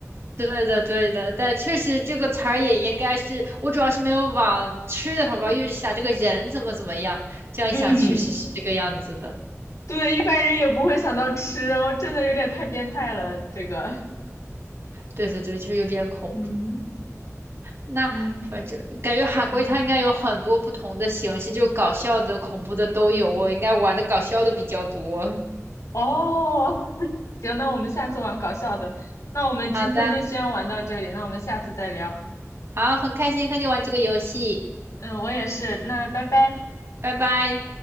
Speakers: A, on the right; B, on the left.
A: 对的，对的，但确实这个词儿也应该是，我主要是没有往吃的方面，因为想这个人怎么怎么样，这样一想确实是这个样子的。
B: 嗯，对，一般人也不会想到吃，我真的有点太变态了，这个，
A: 对对对，实有点恐怖。
B: 嗯
A: 那反正感觉海龟它应该有很多不同的形式，
B: 嗯嗯，
A: 就搞笑的、恐怖的都有。我应该玩的搞笑的比较多。<laughs>
B: 哦，<laughs> 行，那我们下次玩搞笑的，那我们今天就先玩到这里，
A: 好的，
B: 那我们下次再聊，
A: 好，很开心和你玩这个游戏，
B: 嗯，我也是，那拜拜。
A: 拜拜。